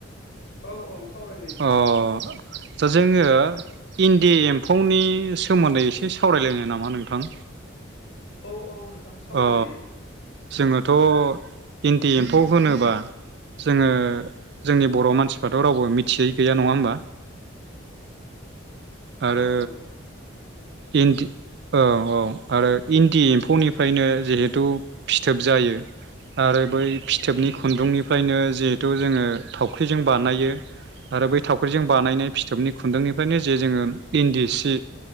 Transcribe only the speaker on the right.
अह चा जोङो इन्दि एम्फौनि सोमोन्दै एसे सावरायलायनो नामा नोंथां?
अ जोङोथ' इन्दि एम्फौ होनोबा जोङो जोंनि बर' मानसिफ्राथ' रावबो मिथियै गैया नङा होमबा? आरो
इन्दि औ औ आरो इन्दि एम्फौनि फ्रायनो जिहेथु फिथोब जायो आरो बै फिथोबनि खु खुन्दुंनिफ्रायनो जे थु जोङो थाव ख्रिजों बानायो आरो बै थावख्रिजों बानायनाय फिथोबनि खुन्दुंनिफ्रायनो जे जोङो इन्दि सि